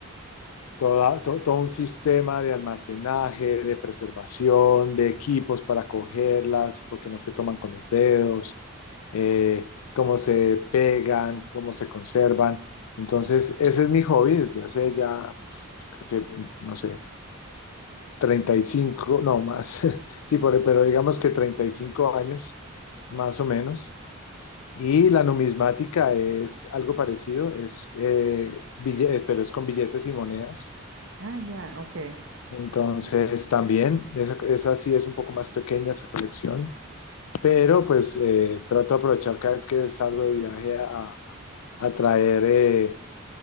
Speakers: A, on the left (about 80°); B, on the right (about 65°).
A: toda, to- todo un sistema de almacenaje, de preservación, de equipos para cogerlas, porque no se toman con los dedos, eh, cómo se pegan, cómo se conservan. Entonces, ese es mi hobby desde hace ya, yo creo que, no sé, 35 no más, <laughs> sí, por- pero digamos que 35 años, más o menos. Y la numismática es algo parecido, es, eh, bille- pero es con billetes y monedas.
B: Ah, ya, ok.
A: Entonces también, esa, esa sí es un poco más pequeña esa colección, pero pues eh, trato de aprovechar cada vez que salgo de viaje a, a traer eh,